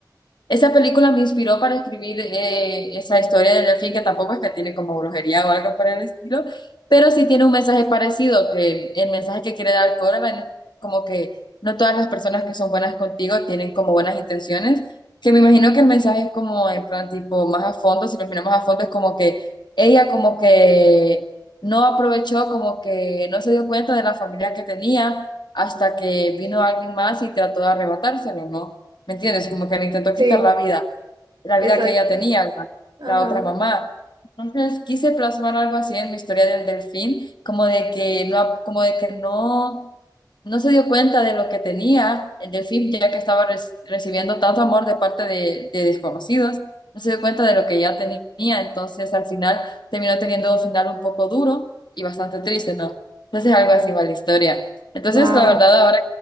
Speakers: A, on the left; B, on the right.
A: Esa película me inspiró para escribir eh, esa historia del delfín, que tampoco es que tiene como brujería o algo por el estilo, pero sí tiene un mensaje parecido, que el mensaje que quiere dar Coraline es como que no todas las personas que son buenas contigo tienen como buenas intenciones, que me imagino que el mensaje es como en plan tipo más a fondo, si lo miramos a fondo es como que ella como que no aprovechó, como que no se dio cuenta de la familia que tenía hasta que vino alguien más y trató de arrebatárselo, ¿no? ¿Me entiendes? Como que le intentó
B: sí,
A: quitar la vida, la
B: exacto.
A: vida que ella tenía, la,
B: Ajá.
A: la otra mamá. Entonces quise plasmar algo así en mi historia del delfín, como de que no, como de que no, no se dio cuenta de lo que tenía el delfín, ya que estaba res- recibiendo tanto amor de parte de, de desconocidos, no se dio cuenta de lo que ya tenía. Entonces al final terminó teniendo un final un poco duro y bastante triste, ¿no? Entonces algo así va la historia. Entonces,
B: Wow.
A: la verdad, ahora